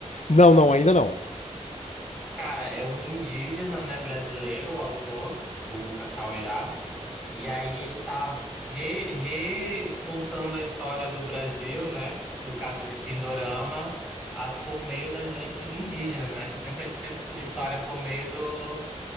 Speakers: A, on the left; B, in the centre.
A: Não, não, ainda não.
B: Cara, é um indígena, né, brasileiro, o autor, o Cacauerá. E aí ele tá re, recontando a história do Brasil, né, no caso de Pindorama, a- por meio das lentes indígenas, né, que sempre a gente sempre estuda história por meio do,